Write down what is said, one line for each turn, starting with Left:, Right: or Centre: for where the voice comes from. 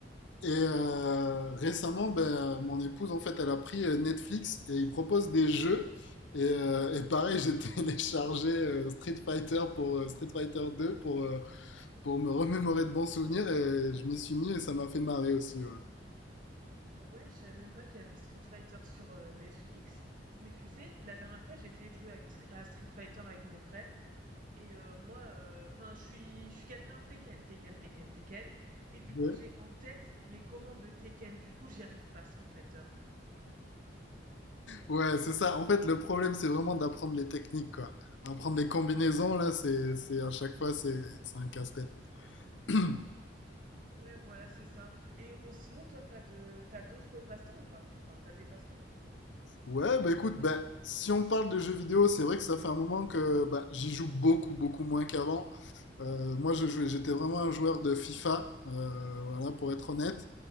Left: Et euh, récemment, ben, mon épouse, en fait, elle a pris euh, Netflix et ils proposent des jeux. Et, euh, et pareil, j'ai <laughs> téléchargé euh, Street Fighter pour euh, Street Fighter 2 pour, euh, pour me remémorer de bons souvenirs et je m'y suis mis et ça m'a fait marrer aussi. Ouais,
Right: Ah ouais, je savais même pas qu'il y avait Street Fighter sur euh, Netflix. Mais tu sais, la dernière fois, j'ai essayé de jouer avec Tri- à Street Fighter avec mon frère. Et euh, moi, euh, enfin, je suis, je suis quelqu'un Tekken, Tekken, Tekken, Tekken. Et du
Left: Ouais,
Right: coup, j'ai en tête les commandes de Tekken. Du coup, j'y arrive pas à Street Fighter.
Left: Ouais, c'est ça. En fait, le problème, c'est vraiment d'apprendre les techniques, quoi. Apprendre des combinaisons, là, c'est, c'est à chaque fois, c'est c'est un casse-tête. <clears throat>
Right: Ouais, voilà, c'est ça. Et euh, sinon, toi, t'as de, t'as d'autres passe-temps ou pas? Enfin, t'as des passe-temps?
Left: Ouais, bah écoute, bah, si on parle de jeux vidéo, c'est vrai que ça fait un moment que bah, j'y joue beaucoup, beaucoup moins qu'avant. Euh, moi, je jouais, j'étais vraiment un joueur de FIFA, euh, voilà, pour être honnête.